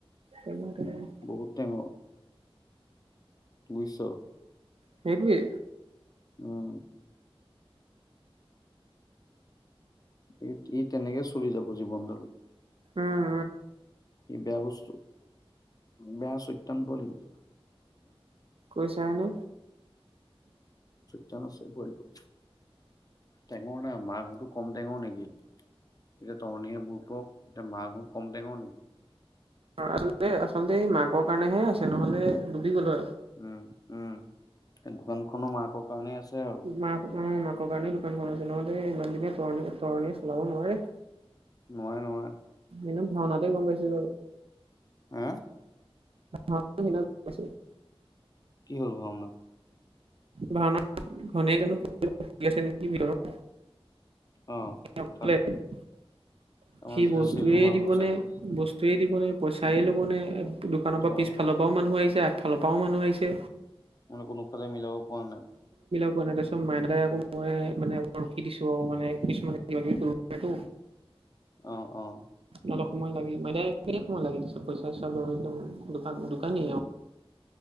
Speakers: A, on the right; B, on the left.
A: সেইটোৱে
B: বহুত টেঙৰ। বুজিছ
A: সেইটোয়ে।
B: উম ই ই তেনেকে চলি যাব জীৱনডাল।
A: উম
B: ই বেয়া বস্তু, বেয়া চৈতান পোৱালি এইবিলাক।
A: কৈ চাহনে?
B: চইতান আছে পোৱালিতো টেঙৰ না মাকহ'তো কম টেঙৰ নেকি? এতিয়া তৰণিহে বুুৰ্বক এতিয়া মাকহ'ত কম টেঙৰ নেকি?
A: আচলতে আচলতে এই মাকৰ কাৰণেহে আছে নহলে ডুবি গ'ল হয়।
B: উম উম সেই দোকানখনো মাকৰ কাৰণেই আছে আৰু।
A: মাক উম মাকৰ কাৰণে দোকানখন আছে, নহ'লে ইমান দিনে তৰনি তৰনিয়ে চলাব নোৱাৰে।
B: নোৱাৰে নোৱাৰে
A: এনে ভাওনাতে গম পাইছো
B: হা
A: বাৰু <inaudible>
B: কি হ'ল ভাওনাত?
A: ভাওনা ঘনীয়ে <inaudible> আছে নেকি ভিতৰত
B: অ
A: <inaudible>
B: তাত আমাৰ
A: কি
B: যেতিয়া
A: বস্তুয়ে
B: চেল নোহোৱা
A: দিবনে
B: হ'ল চাগে
A: বস্তু বস্তুয়ে দিবনেে পইচাই ল'বনে দোকানৰ পৰা
B: অ
A: পিছফালৰ পৰাও মানুহ আহিছে আ ফালৰ পৰাও মানুহ আহিছে
B: মানে কোনোফালে মিলাব পৰা নাই।
A: <inaudible> মাইনাই আকৌ মই মানে ৰখি দিছো আৰু মানে কিছুমানে কিবা কিবি কৰিব পাৰেতো
B: অ, অ,
A: অলপ সময় লাগি মানে সময় লাগি দিছে পইচা চইচা লৈ উম দোকান দোকানী